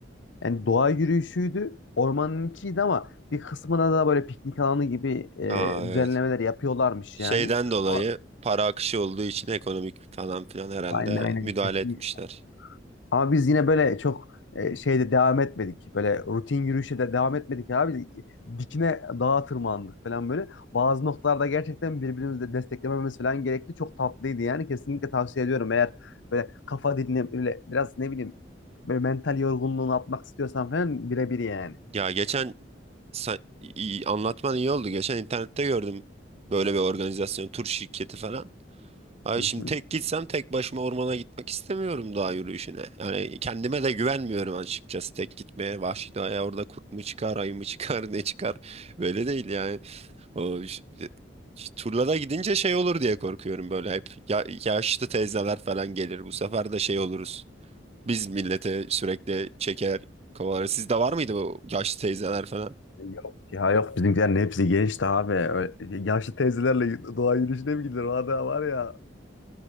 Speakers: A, on the left; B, on the right.
A: yani doğa yürüyüşüydü. Ormanın içiydi ama bir kısmına da böyle piknik alanı gibi e,
B: Aa evet.
A: düzenlemeler yapıyorlarmış
B: Şeyden
A: yani.
B: dolayı
A: Ama
B: para akışı olduğu için ekonomik falan filan herhalde
A: Aynen aynen.
B: müdahale
A: Kesin.
B: etmişler.
A: Ama biz yine böyle çok e, şeyde devam etmedik. Böyle rutin yürüyüşe de devam etmedik abi. Dikine dağa tırmandık falan böyle. Bazı noktalarda gerçekten birbirimizi de desteklememiz falan gerekti. Çok tatlıydı yani. Kesinlikle tavsiye ediyorum. Eğer böyle kafa dinle böyle biraz ne bileyim böyle mental yorgunluğunu atmak istiyorsan falan birebir yani.
B: Ya geçen sa- iyi- anlatman iyi oldu. Geçen internette gördüm böyle bir organizasyon, tur şirketi falan. Ay
A: Hı
B: şimdi
A: hı.
B: tek gitsem tek başıma ormana gitmek istemiyorum dağ yürüyüşüne. Yani kendime de güvenmiyorum açıkçası tek gitmeye. Vahşi doğaya orada kurt mu çıkar, ayı mı çıkar, <laughs> ne çıkar? Böyle değil yani. O ş- e, ş- turlara gidince şey olur diye korkuyorum böyle hep. Ya, yaşlı teyzeler falan gelir. Bu sefer de şey oluruz. Biz millete sürekli çeker kovalarız. Sizde var mıydı bu yaşlı teyzeler falan?
A: Yok ya yok bizimkilerin hepsi gençti abi. Öyle yaşlı teyzelerle doğa yürüyüşüne mi gidilir? Valla var ya.